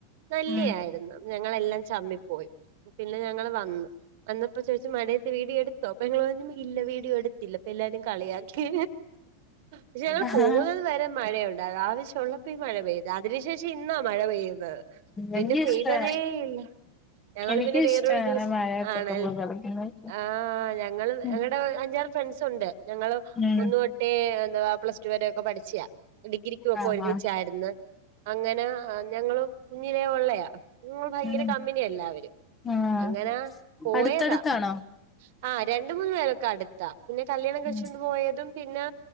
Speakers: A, on the right; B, on the left.
A: നല്ലയായിരുന്നു
B: ഉം
A: ഞങ്ങളെല്ലാം ചമ്മിപ്പോയി പിന്നെ ഞങ്ങള് വന്നു വന്നപ്പോ ചോദിചു മഴയത്ത് വീഡിയോ എടുത്തോ അപ്പൊ ങ്ങങ്ങള് പറഞ്ഞ് ഇല്ല വീഡിയോ എടുത്തില്ല എല്ലാവരും കളിയാക്കി പക്ഷെ ഞങ്ങൾ
B: ആഹ്
A: പോകുന്നത് <unintelligible> മഴയുണ്ട് അത് ആവശ്യം ഉള്ളപ്പോ ഈ മഴ പെയ്ത അതിനു ശേഷം ഇന്നാ മഴ പെയ്യു അ പിന്നെ
B: എനിക്കും
A: പെയ്തതേ
B: ഇഷ്ടാ
A: ഇല്ല ഞങ്ങള്
B: എനിക്കും
A: പിന്നെ വേറൊരു
B: ഇഷ്ടാണ്
A: ദിവസം
B: മഴയത്തൊക്കെ
A: ആണല്ലേ
B: പോയി കളിക്കുന്നത്
A: ആ ഞങ്ങൾ
B: ഉം
A: അല്ലടാ അഞ്ചാറ് ഫ്രൻസുണ്ട് ഞങ്ങള്
B: ഉം
A: ഒന്നൊട്ടേ എന്ത പ്ലസ് ടു വരൊക്കെ പഠിച്ചത ഡിഗ്രി <unintelligible> മൊക്കെ
B: ആഹ്
A: ഒരുമിച്ചായിരുന്നു
B: ആഹ്
A: അങ്ങനെ ഞങ്ങള് കുഞ്ഞിലേ ഉള്ളയാ ഭയങ്കര
B: ഉം
A: കമ്പനിയാ എല്ലാവരും
B: ആഹ്
A: അങ്ങനാ പോയതാ
B: അടുത്തടുത്താണോ
A: ആഹ രണ്ട മൂന്ന് പേരൊക്കെ അടുത്താ പിന്നെ കല്യാണം കഴിച്ചോണ്ട്
B: ഉം
A: പോയതും പിന്നെ